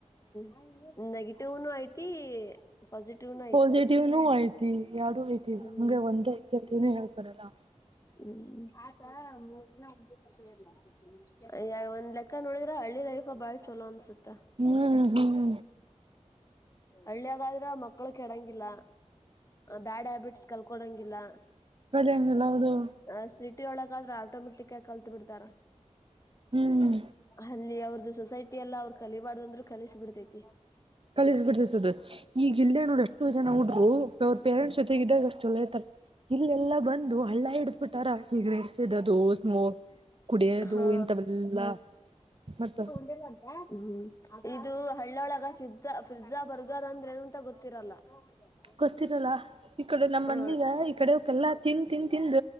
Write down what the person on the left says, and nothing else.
ಹ ನೆಗೆಟಿವ್ನು ಐತಿ ಪಿಟಿವ್
ಹ್ಮ್
ಹ್ಮ್ ಆಯತಾ ಮೂ <unintelligible> ಯ್ಯ ಒಂದ್ ಲೆಕ್ಕ ನೋಡಿದ್ರ ಹಳ್ಳಿ ಲೈಫ ಬಾಳ ಚಲೋ ಅನ್ಸುತ್ತ
ಹಳ್ಳಿಯಾಗಾದ್ರೆ ಮಕ್ಕಳು ಕೆಡಂಗಿಲ್ಲ ಬ್ಯಾಡ್ ಹ್ಯಾಬಿಟ್ಸ್ ಕಲ್ಕೊಳಂಗಿಲ್ಲ
ಅ ಸಿಟಿ ಒಳಗಾದ್ರೆ ಆಟೋಮೆಟಿಕ್ ಆಗಿ ಕಲ್ತ್ ಬಿಡ್ರ.
ಅಲ್ಲಿ ಅವ್ರ್ದು ಸೊಸೈಟಿ ಎಲ್ಲ ಅವ್ರ ಕಲಬಾರ್ದಂದ್ರರು ಕಲಿಸ ಬಿಡ್ತೇತಿ.
ಹ ಹಾ
<unintelligible> ಇದು ಹಳ್ಳೊಳಗ ಫ್ರಿಜ ಫ್ರಿಜ್ ಬ ಈಗ ಅಂದ್ರೆ ಏನಂತ ಗೊತ್ತಿರಲ್ಲ. <unintelligible>
ಅಯ್ಯೋ